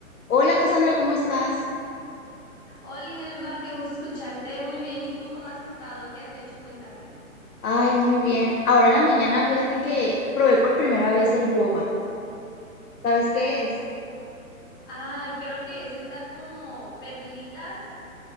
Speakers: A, on the left; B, on the left.
A: Hola Cassandra, ¿cómo estás?
B: Hola, Inelva, qué gusto escucharte. Muy bien. ¿Y tú cómo has estado? ¿Qué has hecho? Cuéntame.
A: Ay, muy bien. Ahora en la mañana, fíjate que probé por primera vez el boba. ¿Sabes qué es?
B: Ah, creo que es esta como perlitas,